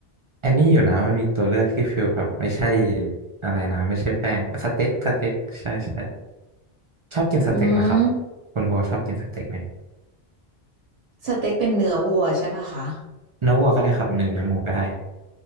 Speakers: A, on the right (about 50°); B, on the right (about 80°).
A: อันนี้อยู่นะมันมีตัวเลือกที่ฟิลแบบไม่ใช่อะไรนะไม่ใช่แป้งสเต็กสเต็กใช่ใช่ชอบกินสเต็กไหมครับ
B: อืม
A: คุณโบชอบกินสเต็กไหม
B: สเต็กเป็นเนื้อวัวใช่ป่ะคะ
A: เนื้อวัวก็ได้ครับหรือเนื้อหมูก็ได้